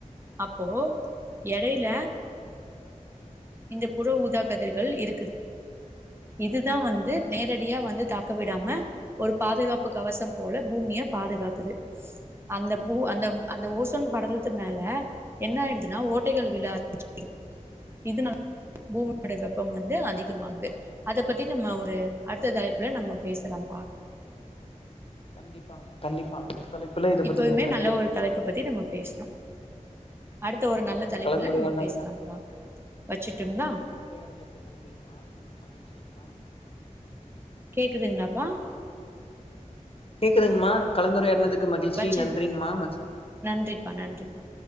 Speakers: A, on the right; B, on the left.
A: அப்போ எடைல இந்த புற ஊதா கதிர்கள் இருக்குது இதுதா வந்து நேரடியா வந்து தாக்க விடாம ஒரு பாதுகாப்பு கவசம் போல பூமிய பாதுகாக்குது அந்த பூ அந்த அந்த ஓசோன் படலத்து மேல என்ன ஆயிடுதுன்னா ஓட்டைகள் விழ ஆரமி <inaudible> இதனால பூமியோட வெப்பம் வந்து அதிகமாகுது அத பத்தி நம்ம ஒரு அடுத்த தலைப்புல நம்ம பேசலாம்ப்பா
B: கண்டிப்பாமா கண்டிப்பா அடுத்த தலைப்புல இத
A: இப்பவுமே
B: பத்தி நம்ம கண்டிப்பா
A: நல்ல ஒரு
B: பேசலா
A: தலைப்ப பத்தி நம்ம பேசலா அடுத்த ஒரு நல்ல
B: உங்களோட
A: தலைப்புல
B: கலந்துரையாடுனதுல
A: நம்ம பேசலாம்ப்பா வச்சுட்டுங்லா
B: உரையாடல்க்கு நன்றிங்மா மகிழ்ச்சிங்மா
A: கேக்குதுங்ளாப்பா
B: கேட்கதுங்மா கலந்துரையாடனதுக்கு மகிழ்ச்சி
A: வச்சு
B: நன்றிங்மா வச்சர
A: நன்றிப்பா நன்றிப்பா